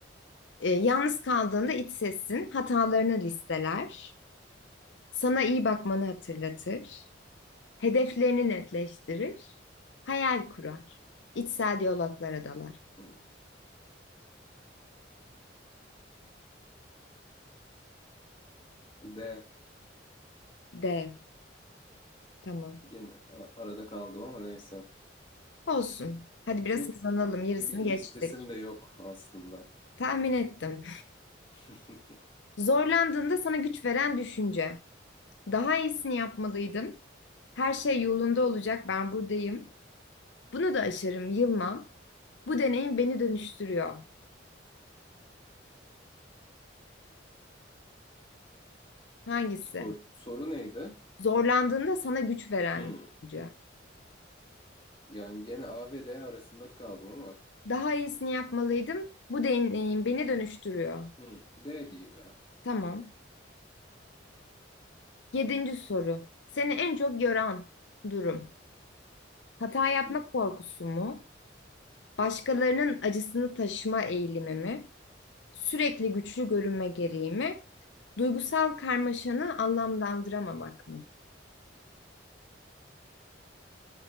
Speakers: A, on the left; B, on the left.
A: Ee, yalnız kaldığında iç sesin hatalarını listeler, sana iyi bakmanı hatırlatır, hedeflerini netleştirir, hayal kurar, içsel diyaloglara dalar.
B: Hmm. D.
A: D. Tamam.
B: Gene a- arada kaldım ama neyse.
A: Olsun. Hadi biraz
B: Çünkü
A: hızlanalım. Yarısını
B: bir iç
A: geçtik.
B: sesim de yok aslında.
A: Tahmin ettim.
B: <laughs>
A: Zorlandığında sana güç veren düşünce. Daha iyisini yapmalıydım. Her şey yolunda olacak. Ben buradayım. Bunu da aşarım, yılmam. Bu deneyim beni dönüştürüyor. Hangisi?
B: Sor- soru neydi?
A: Zorlandığında sana güç veren
B: Hmm.
A: düşünce.
B: Yani gene A ve D arasında kaldım ama
A: Daha iyisini yapmalıydım. Bu deneyim beni dönüştürüyor.
B: Hmm. D diyeyim ya.
A: Tamam. Yedinci soru. Seni en çok yoran durum. Hata yapmak
B: hmm.
A: korkusu mu? başkalarının acısını taşıma eğilimi mi, sürekli güçlü görünme gereği mi, duygusal karmaşanı anlamlandıramamak mı?